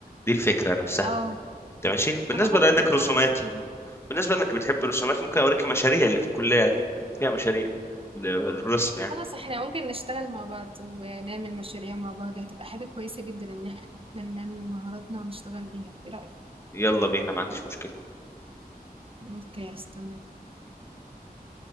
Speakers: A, on the left; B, on the right.
A: دي الفكره نفسها
B: آه،
A: تمام ماشي بالنسبه
B: أنا برضه
A: لانك
B: بافكّر
A: رسومات
B: في كده،
A: بالنسبة انك بتحب الرسومات ممكن اوريك مشاريع اللي في الكلية فيها مشاريع للرسم يعني
B: خلاص إحنا ممكن نشتغل مع بعض ونعمل مشاريع مع بعض، هتبقى حاجة كويسة جدًا إن إحنا ننمّي مهاراتنا ونشتغل بيها، إيه رأيك؟
A: يلا بينا ما عنديش مشكلة
B: أوكي هاستناك،